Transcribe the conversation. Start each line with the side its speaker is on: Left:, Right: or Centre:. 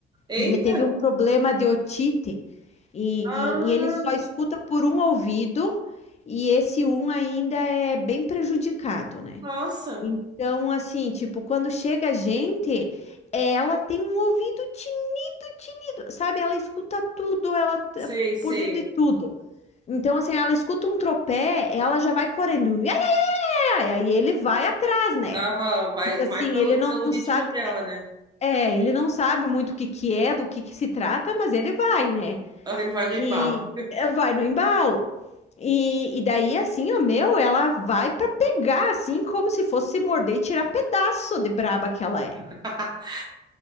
Right: Eita.
Left: Ele teve um problema de otite e,
Right: Ah,
Left: e- e ele só escuta por um ouvido e esse um ainda é bem prejudicado, né?
Right: nossa.
Left: Então, assim, tipo, quando chega a gente, ela tem um ouvido tinido, tinido, sabe? Ela escuta tudo, ela tá
Right: Sei, sei.
Left: por dentro de tudo. Então, assim, ela escuta um tropé, ela já vai correndo, ia, ia, ia, e ele vai atrás, né?
Right: Aham, vai,
Left: Tipo assim,
Right: vai pelo,
Left: ele não
Right: pelo ritmo
Left: sabe,
Right: dela, né?
Left: é, ele não sabe muito o que que é, do que que se trata, mas ele vai, né?
Right: Ah, Ele vai no embalo.
Left: E é, vai no embalo. E, e daí, assim, ó, meu, ela vai pra pegar, assim, como se fosse se morder e tirar pedaço de braba que ela é.
Right: <laughs>